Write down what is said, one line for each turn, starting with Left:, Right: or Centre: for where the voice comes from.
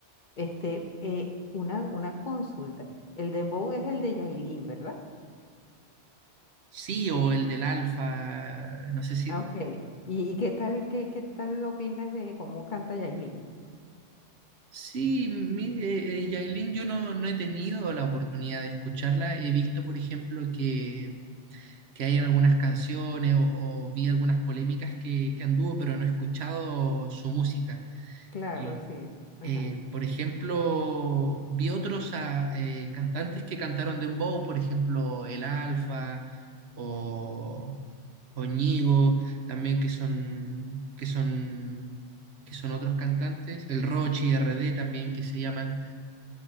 Left: Este, eh, una, una consulta. El dembow es el de Yailin, ¿verdad?
Right: Sí, o el del Alfa, no sé si
Left: Ah, Ok. ¿Y, y qué tal, qué, qué tal opinas de cómo canta Yailin?
Right: Sí, mire, eh, eh, Yailin, yo no, no he tenido la oportunidad de escucharla. He visto, por ejemplo, que, que hay en algunas canciones o, o vi algunas polémicas que, que anduvo, pero no he escuchado su música.
Left: Claro,
Right: Y,
Left: sí. Ajá.
Right: eh, por ejemplo, vi otros ah, eh, cantantes que cantaron Dembow, por ejemplo, El Alfa o, o Ñigo, también que son, que son, que son otros cantantes, el Rochi, RD también que se llaman